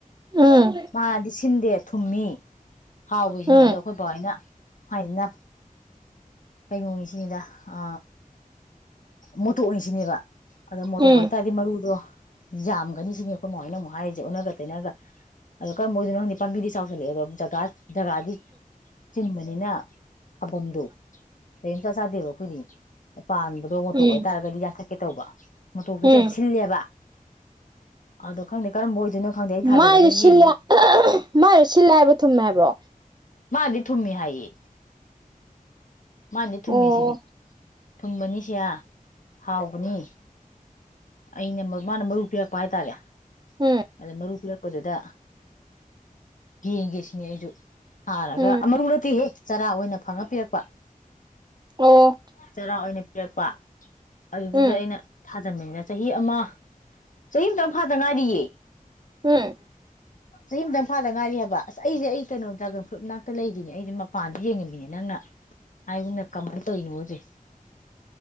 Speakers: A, on the right (about 30°); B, on the left (about 60°).
A: ꯎꯝ
B: ꯃꯥꯅꯗꯤ ꯁꯤꯟꯗꯦ ꯊꯨꯝꯃꯤ ꯍꯥꯎꯏꯁꯤꯅꯦ
A: ꯎꯝ
B: ꯑꯗꯣ ꯑꯩꯈꯣꯏꯄꯥ ꯍꯣꯢꯅ ꯅ ꯍꯥꯏꯅ ꯀꯩꯅꯣꯅꯤꯁꯤꯅꯤꯗ ꯑ ꯃꯣꯇꯣꯛꯅꯤꯁꯤꯅꯦꯕ ꯑꯗ ꯃꯣꯇꯣꯛ
A: ꯎꯝ
B: ꯑꯣꯏꯇꯥꯔꯗꯤ ꯃꯔꯨꯗꯣ ꯖꯥꯝꯒꯅꯤ ꯁꯤꯅꯤ ꯈꯣꯢ ꯃꯥꯍꯣꯢꯅꯃꯨꯛ ꯑꯩꯗꯤ ꯑꯣꯟꯅꯒ ꯇꯩꯅꯒ ꯑꯗꯣ ꯀꯔꯝꯕ ꯑꯣꯏꯗꯣꯏꯅꯣ ꯈꯪꯗꯦ ꯄꯥꯝꯕꯤꯗꯤ ꯆꯥꯎꯁꯜꯂꯛꯑꯦ ꯑꯗꯣ ꯖꯒꯥ ꯖꯒꯥꯗꯤ ꯆꯤꯟꯕꯅꯤꯅ ꯊꯧꯕꯝꯗꯣ ꯅꯥꯇꯩꯩ ꯑꯃ ꯏꯆꯥ ꯆꯥꯗꯦꯕ ꯑꯩꯈꯣꯏꯗꯤ ꯄꯥꯟꯕꯗꯣ ꯃꯣꯇꯣꯛ
A: ꯎꯝ
B: ꯑꯣꯏ ꯇꯥꯔꯒꯗꯤ ꯌꯥ ꯆꯠꯀꯦ ꯇꯧꯕ ꯃꯇꯣꯛꯇꯨꯗꯤ
A: ꯎꯝ
B: ꯌꯥꯝ ꯁꯤꯜꯂꯦꯕ ꯑꯗꯣ ꯈꯪꯗꯦ ꯀꯔꯝ ꯑꯣꯏꯗꯣꯏꯅꯣ ꯈꯪꯗꯦ ꯑꯩ ꯊꯥꯖꯤꯜꯂꯒ
A: ꯃꯥꯏꯁꯨ
B: ꯌꯦꯡꯉꯤ
A: ꯁꯤꯜꯂꯦ ꯑꯍ ꯑꯍ ꯑꯍ ꯑꯍꯝ ꯃꯥꯏꯁꯨ ꯁꯤꯜ ꯂꯦ ꯍꯥꯏꯕ ꯊꯨꯝꯃꯦ ꯍꯥꯏꯕ꯭ꯔꯣ
B: ꯃꯥꯗꯤ ꯊꯨꯝꯃꯤ ꯍꯥꯏꯌꯦ ꯃꯥꯗꯤ ꯊꯨꯝꯃꯦ
A: ꯑꯣ
B: ꯁꯤꯅꯤ ꯊꯨꯝꯕꯅꯤ ꯁꯤꯌꯥ ꯍꯥꯎꯕꯅꯤ ꯑꯩꯅꯦ ꯃꯥꯅ ꯃꯔꯨ ꯄꯤꯔꯛꯄ ꯍꯥꯏꯇꯥꯔꯦ
A: ꯎꯝ
B: ꯑꯗ ꯃꯔꯨ ꯄꯤꯔꯛꯄꯗꯨꯗ ꯌꯦꯡꯒꯦ ꯁꯤꯅꯤ ꯑꯩꯁꯨ ꯊꯥꯔꯒ
A: ꯎꯝ
B: ꯃꯔꯨ ꯅꯠꯇꯦꯍꯦ ꯆꯔꯥ ꯑꯣꯏꯅ ꯐꯪꯉ ꯄꯤꯔꯛꯄ
A: ꯑꯣ
B: ꯆꯔ ꯑꯣꯏꯅ ꯄꯤꯔꯛꯄꯥ ꯑꯗꯨꯗ
A: ꯎꯝ
B: ꯑꯩꯅ ꯊꯥꯖꯟꯕꯅꯤꯅ ꯆꯍꯤ ꯑꯃ ꯆꯍꯤ ꯑꯃꯇꯪ ꯐꯥ ꯇꯉꯥꯔꯤꯌꯦ
A: ꯍꯨꯝ
B: ꯆꯍꯤ ꯑꯝꯇꯪ ꯐꯥꯗ ꯉꯥꯏꯔꯤ ꯍꯥꯏꯕ ꯑꯁ ꯑꯩꯁꯦ ꯑꯩ ꯀꯩꯅꯣ ꯗ꯭ꯔꯥꯒꯟ ꯐ꯭ꯔꯨꯠ ꯃꯅꯥꯛꯇ ꯂꯩꯔꯤꯅꯦ ꯑꯩꯅ ꯃꯄꯥꯟꯗ ꯌꯦꯡꯉꯝꯃꯤꯅꯦ ꯅꯪꯅ ꯍꯥꯏꯒꯨꯝꯅ ꯀꯃꯥꯏꯅ ꯇꯣꯢꯅꯣꯁꯦ